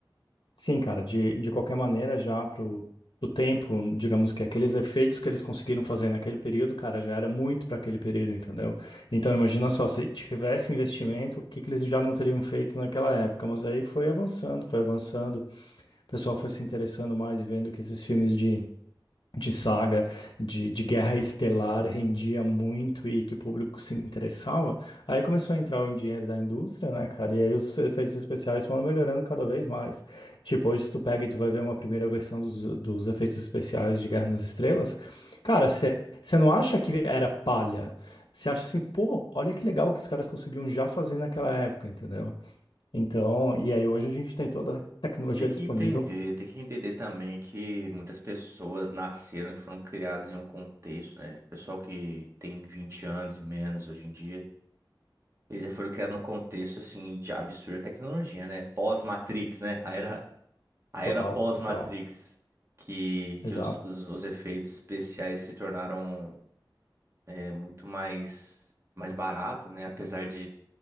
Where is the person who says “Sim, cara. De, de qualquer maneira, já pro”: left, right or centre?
Left